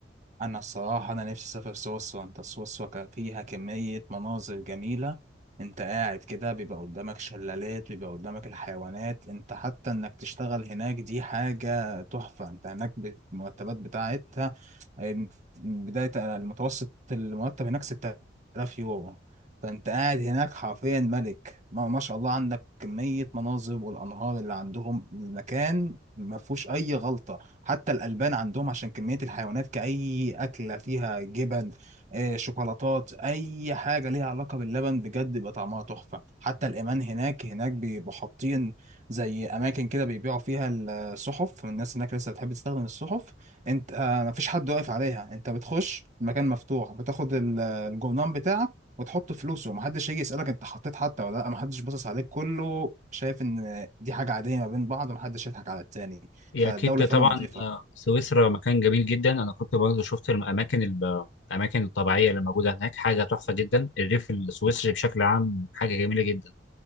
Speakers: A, on the right; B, on the left.
A: انا الصراحه انا نفسي اسافر سويسرا انت سويسرا كان فيها كميه مناظر جميله انت قاعد كده بيبقى قدامك شلالات بيبقى قدامك الحيوانات انت حتى انك تشتغل هناك دي حاجه تحفه انت هناك ب- المرتبات بتاعتها آه، من من بدايه المتوسط المرتب هناك 6000 يورو فانت قاعد هناك حرفيا ملك ما, ما شاء الله عندك كميه مناظر والانهار اللي عندهم المكان ما فيهوش اي غلطه حتى الألبان عندهم عشان كمية الحيوانات كأي أكلة فيها جبن آه، شوكولاتات أي حاجة ليها علاقة باللبن بجد بيبقى طعمها تحفة حتى الإيمان هناك هناك بيبقوا حاطين زي أماكن كده بيبيعوا فيها الصحف الناس هناك لسه بتحب تستخدم الصحف أنت آه، مفيش حد واقف عليها أنت بتخش المكان مفتوح بتاخد ال- الجرنان بتاعك وتحط فلوسه ومحدش يجي يسألك انت حطيت حتى ولا لا محدش باصص عليك كله شايف ان دي حاجة عادية ما بين بعض ومحدش يضحك على التاني
B: هي
A: فالدولة
B: اكيد
A: فعلا
B: طبعا
A: نظيفة
B: آه، سويسرا مكان جميل جدا انا كنت برضه شفت الاماكن ال- الاماكن الطبيعيه اللي موجوده هناك حاجه تحفه جدا الريف السويسري بشكل عام حاجه جميله جدا